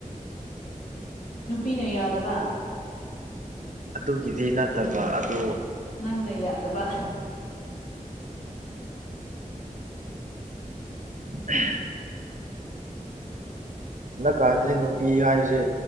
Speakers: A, on the left (about 65°); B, on the right (about 65°).
A: ꯅꯨꯄꯤꯅ ꯌꯥꯗꯕ
B: ꯑꯗꯨꯒꯤꯗꯤ ꯅꯥꯠꯇꯕ ꯑꯗꯨ
A: ꯅꯪꯅ ꯌꯥꯗꯕ
B: ꯎꯝ
A: <inaudible>
B: ꯂꯥꯛꯀꯥꯟꯁꯤ ꯅꯨꯄꯤ ꯍꯥꯏꯁꯦ